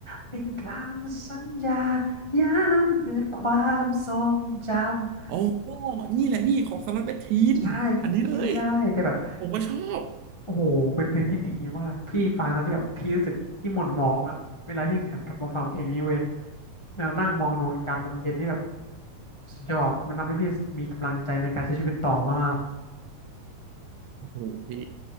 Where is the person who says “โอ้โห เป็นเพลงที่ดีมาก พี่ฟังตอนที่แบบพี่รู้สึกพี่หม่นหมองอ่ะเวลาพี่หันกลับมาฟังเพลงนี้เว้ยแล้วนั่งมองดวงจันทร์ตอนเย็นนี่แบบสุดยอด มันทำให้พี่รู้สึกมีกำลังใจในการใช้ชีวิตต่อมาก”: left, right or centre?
Left